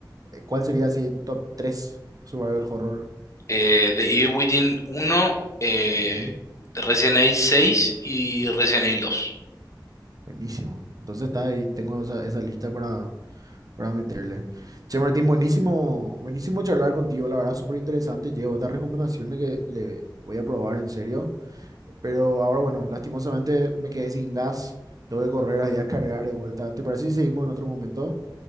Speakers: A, on the right; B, on the left.
A: eh, ¿cuál sería así top 3 survival horror?
B: Eh, The Evil Within 1, eh,
A: Ok,
B: Resident Evil 6 y Resident Evil 2.
A: buenísimo. Entonces está ahí, tengo esa, esa lista para, para meterle. Che, Martín, buenísimo, buenísimo charlar contigo, la verdad, súper interesante. Llevo estas recomendaciones que le voy a probar en serio, pero ahora, bueno, lastimosamente me quedé sin gas, tengo que correr ahí a cargar de vuelta. ¿Te parece si seguimos en otro momento?